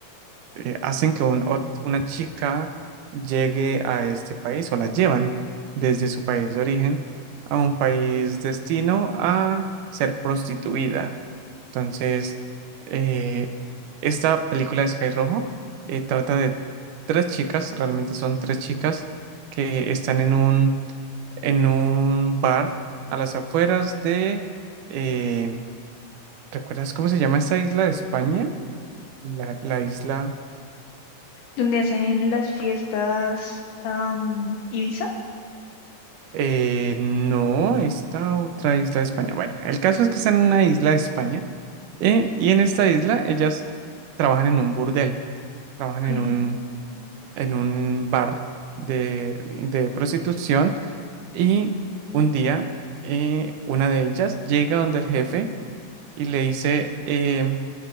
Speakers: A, on the right (about 75°); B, on the left (about 70°).
A: eh, hacen que un ot- una chica llegue a este país o la llevan desde su país de origen a un país destino a ser prostituida. Entonces, eh, esta película de Sky Rojo eh, trata de tres chicas, realmente son tres chicas que están en un, en un bar a las afueras de... eh, ¿recuerdas cómo se llama esta isla de España? La, la isla...
B: ¿Dónde hacen las fiestas am, Ibiza?
A: Eh, no, esta otra isla de España. Bueno, el caso es que está en una isla de España eh, y en esta isla ellas trabajan en un burdel, trabajan
B: Ok,
A: en un, en un bar de, de prostitución y un día eh, una de ellas llega donde el jefe y le dice, eh,